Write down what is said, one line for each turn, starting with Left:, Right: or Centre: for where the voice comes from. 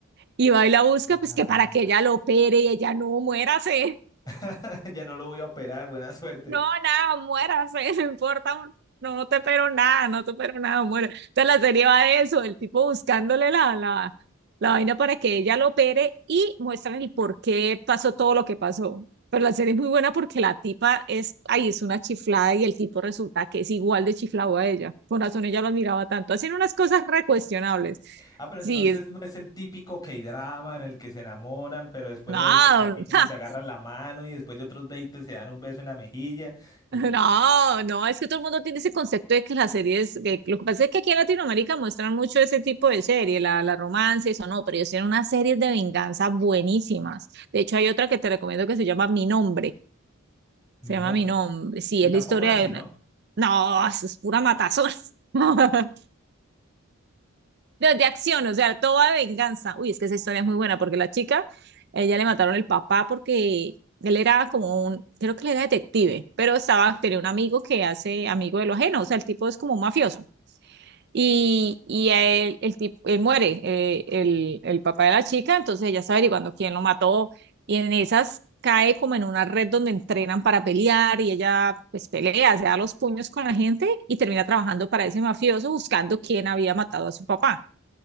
Right: Y va y la busca,
Left: Ah,
Right: pues que para que ella lo opere y ella no muérase.
Left: <laughs> ya no lo voy a operar, buena suerte.
Right: No, nada, muérase, <laughs> no importa, un- no, no te espero nada, no te espero nada, muera. Entonces la serie va de eso, el tipo buscándole la, la, la vaina para que ella lo opere y muestran el por qué pasó todo lo que pasó. Pero la serie es muy buena porque la tipa es, ahí es una chiflada y el tipo resulta que es igual de chiflado a ella. Por razón ella lo admiraba tanto. Hacen unas cosas recuestionables.
Left: Ah, pero
Right: Sí,
Left: entonces
Right: es,
Left: no es el típico K-drama en el que se enamoran, pero después
Right: no,
Left: de 20 capítulos
Right: <laughs>
Left: se agarran la mano y después de otros 20 se dan un beso en la mejilla y,
Right: No,
Left: y- y-
Right: no, es que todo el mundo tiene ese concepto de que las series, que lo que pasa es que aquí en Latinoamérica muestran mucho ese tipo de serie, la, la romance, y eso no, pero ellos tienen unas series de venganza buenísimas. De hecho, hay otra que te recomiendo que se llama Mi Nombre,
Left: mi
Right: se llama
Left: nombre.
Right: Mi Nombre, sí,
Left: Y
Right: es
Left: tampoco
Right: la historia
Left: es así,
Right: de una...
Left: ¿no?
Right: No, eso es pura matazón. <laughs> de, de acción, o sea, toda venganza. Uy, es que esa historia es muy buena porque la chica, ella le mataron el papá porque él era como un, creo que él era detective, pero estaba, tenía un amigo que hace amigo de lo ajeno, o sea, el tipo es como un mafioso. Y, y a él, el tipo, él muere, eh, el, el papá de la chica, entonces ella está averiguando quién lo mató y en esas cae como en una red donde entrenan para pelear y ella pues pelea, se da los puños con la gente y termina trabajando para ese mafioso buscando quién había matado a su papá.